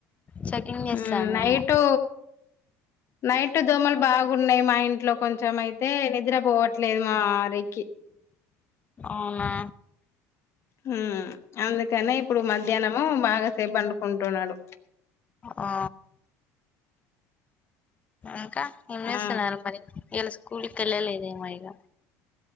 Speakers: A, on the left; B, on the left.
A: చెకింగ్ చేస్తాందేమో
B: మ్ నైటు నైట్ దోమలు బాగున్నాయి మా ఇ ఇంట్లో కొంచం అయితే నిద్రపోవట్లేదు మా రి కి
A: అవునా
B: ఉమ్ అందుకనే ఇప్పుడు మధ్యాహ్నము బాగాసేపు పండుకుంటున్నాడు
A: ఆ ఇంకా ఏం చేస్తున్నారు
B: ఆ
A: మరి ఇయల స్కూల్ కి వెళ్ళలేదేమో ఇగ